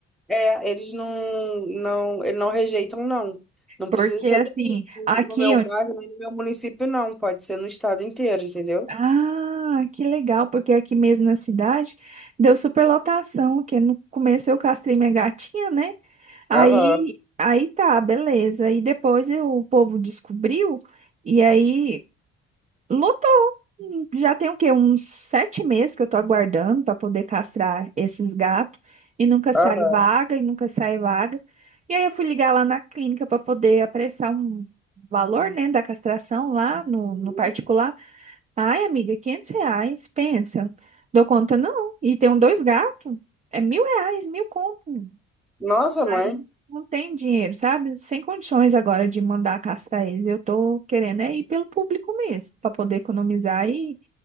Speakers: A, in the centre; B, on the right.
A: É, eles não, não, eles não rejeitam, não. Não precisa
B: Porque
A: ser
B: assim,
A: do- no
B: aqui
A: meu bairro,
B: onde...
A: nem no meu município, não. Pode ser no estado inteiro, entendeu?
B: Ah, que legal, porque aqui mesmo na cidade deu superlotação, que no começo eu castrei minha gatinha, né? Aí,
A: Aham,
B: aí tá, beleza. E depois eu- o povo descobriu, e aí Lutou. Hum, Já tem o quê? Uns sete meses que eu tô aguardando para poder castrar esses gatos. E nunca sai
A: aham.
B: vaga, e nunca sai vaga. E aí eu fui ligar lá na clínica para poder apressar um valor, né, da castração lá no,
A: Uhum.
B: no particular. Ai, amiga, 500 reais, pensa. Dou conta não. E tem um dois gatos, é mil reais, mil conto.
A: Nossa,
B: Aí
A: mãe.
B: não tem dinheiro, sabe? Sem condições agora de mandar castrar eles. Eu tô querendo é ir pelo público mesmo, para poder economizar e